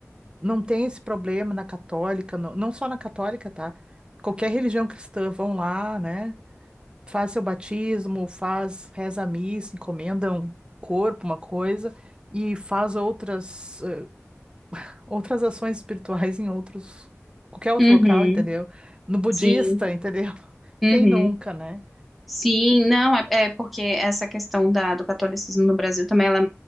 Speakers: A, on the right (about 20°); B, in the centre.
A: não tem esse problema na católica, no- não só na católica, tá? Qualquer religião cristã vão lá, né? Faz seu batismo, faz, reza a missa, encomenda um corpo, uma coisa, e faz outras, eh, outras ações espirituais <laughs> em outros, qualquer outro
B: uhum,
A: local, entendeu? No budista,
B: sim,
A: entendeu? <laughs>
B: uhum.
A: Quem nunca, né?
B: Sim, não, é, é porque essa questão da, do catolicismo no Brasil também, ela,